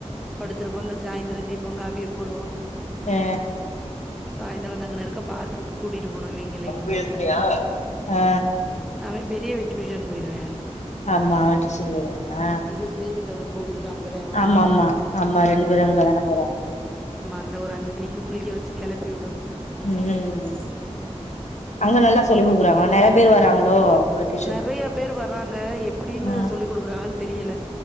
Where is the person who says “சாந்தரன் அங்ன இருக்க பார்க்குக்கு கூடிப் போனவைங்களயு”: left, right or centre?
Centre